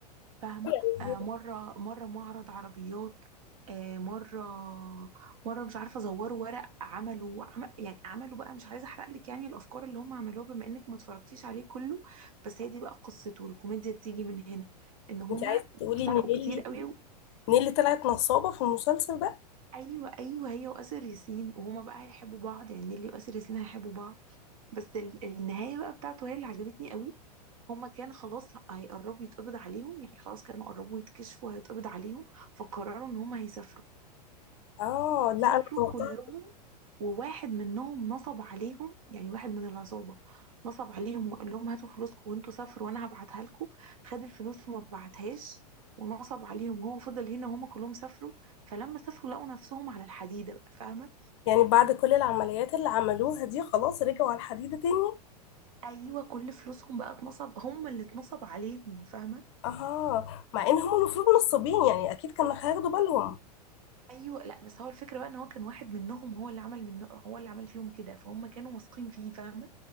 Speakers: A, on the right (about 55°); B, on the left (about 45°).
A: فاهمة
B: يعني
A: آه مرة مرة معرض عربيات آه مرة مرة مش عارفة زوروا ورق عملوا عم يعني عملوا بقى مش عايزة أحرق لك يعني الأفكار اللي هم عملوها بما إنك ما اتفرجتيش عليه كله بس هي دي بقى قصته الكوميديا بتيجي من هنا إن هم
B: انت عايزة تقولي ان
A: سرقوا
B: نيلي
A: كتير قوي و...
B: نيلي طلعت نصابة في المسلسل ده
A: أيوه أيوه هي وآسر ياسين وهما بقى هيحبوا بعض يعني نيلي وآسر ياسين هيحبوا بعض بس ال- النهاية بقى بتاعته هي اللي عجبتني قوي هما كان خلاص هيقربوا يتقبض عليهم يعني خلاص كانوا قربوا يتكشفوا هيتقبض عليهم فقرروا ان هما هيسافروا
B: اه
A: سافروا
B: لا انا توقعت
A: كلهم وواحد منهم نصب عليهم يعني واحد من العصابة نصب عليهم وقال لهم هاتوا فلوسكم وانتوا سافروا وانا هبعتها لكم خد الفلوس وما بعتهاش ونصب عليهم وهو فضل هنا وهما كلهم سافروا فلما سافروا لقوا نفسهم على الحديدة بقى فاهمة
B: يعني بعد كل العمليات اللي عملوها دي خلاص رجعوا على الحديدة تاني
A: ايوه كل فلوسهم بقى اتنصب هم اللي اتنصب عليهم فاهمة
B: اه مع ان هم المفروض نصابين يعني اكيد كانوا هياخدوا بالهم
A: ايوه لا بس هو الفكره بقى ان هو كان واحد منهم هو اللي عمل منه هو اللي عمل فيهم كده فهم كانوا واثقين فيه فاهمه